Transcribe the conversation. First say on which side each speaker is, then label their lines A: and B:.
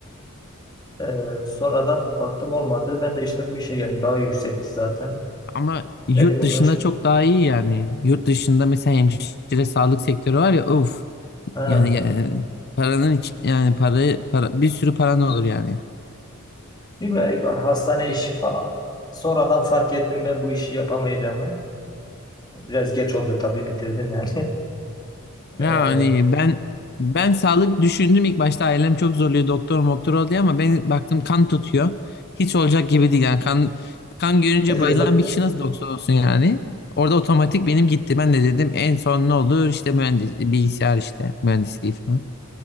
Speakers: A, on the left; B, on the left.
A: Ee, sonradan baktım olmadı. Ben de işte bu işe geldim. Daha yüksekti zaten.
B: Ama yurt
A: Dedim
B: dışında
A: uğraşmayayım.
B: çok daha iyi yani. Yurt dışında mesela hemşire sağlık sektörü var ya uf.
A: Ha.
B: Yani e, paranın iç, yani para, para bir sürü paran olur yani.
A: Bir böyle var, hastane işi falan. Sonradan fark ettim ben bu işi yapamayacağımı. Biraz geç oldu tabii bitirdim yani. <laughs> Ee,
B: Yani ben ben sağlık düşündüm ilk başta ailem çok zorluyor doktor moktor ol diye ama ben baktım kan tutuyor. Hiç olacak gibi değil yani kan kan görünce
A: e,
B: bayılan
A: zaten-
B: bir kişi nasıl doktor olsun yani. Orada otomatik benim gitti. Ben de dedim en son ne olur işte mühendis bilgisayar işte mühendisliği falan.